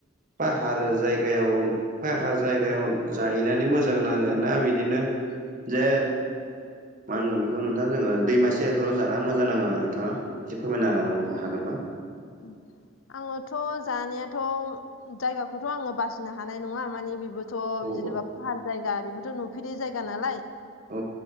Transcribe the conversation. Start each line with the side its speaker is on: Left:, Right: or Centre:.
Right: पाहार जायगायाव पाहार जायगायाव जाहैनानै मोजां नाङो ना बिदिनो जे मा होनगोन बेखौ नोंथाङा जोङो दैमा सेरफोराव जाना मोजां नाङो नोंथाङा एसे फोरमायना होनो नांगौ हागोनबा?
Left: <inaudible> आङोथ' जानायाथ' जायगाखौथ' आङो बासिनो हानाय नङा माने बेबो थ'
Right: औ
Left: जेनेबा फाहार जायगा बेबोथ' नुफेरै जायगा नालाय
Right: औ